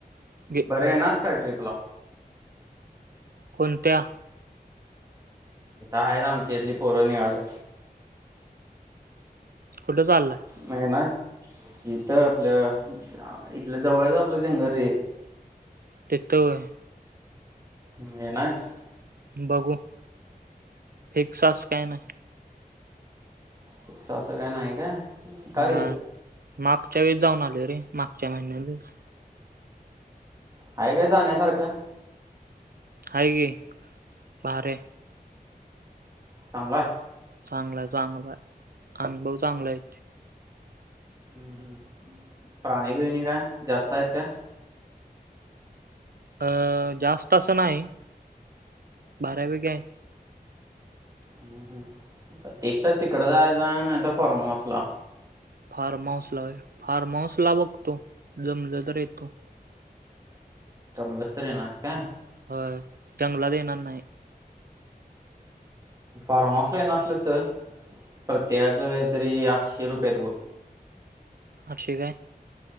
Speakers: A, on the right; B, on the right.
A: घे.
B: बरं, येणारस का ट्रीपला?
A: कोणत्या?
B: इथं आहेत, आमच्या इथली पोरं निघाल्यात.
A: कुठं चाल?
B: नाही ना. इथं आपलं आ इथलं जवळचं आपलं जंगल रे
A: तिथं होय?
B: मग येणारेस?
A: बघू? फिक्सं असं काय नाही.
B: फिक्स असं काय नाही का? रे
A: नाही. मागच्या वेळेस जाऊन आलोय रे, मागच्या महिन्यातच.
B: आहे काय जाण्यासारखं?
A: हाय की, भारी आहे.
B: चांगलाय.
A: चांगलाय, चांगला आहे. अनुभव चांगला आहे.
B: हम्, प्राणी बिणी काय, जास्त आहेत का?
A: अ.. जास्त असं नाही, बर्यापैकी आहे.
B: हम्, एक तर तिकडं जायचं आहे, नाही तर फॉर्म हाऊसला.
A: फार्म हाऊसला होय? फार्माहाऊसला बघतो, जमलं तर येतो.
B: जमलंस तर येणार आहेस का?
A: होय, जंगलात येणार नाही.
B: फार्म हाऊसला येणार असलं चल, प्रत्येकाचं काहीतरी आठशे रुपयेत बघ.
A: आठशे काय?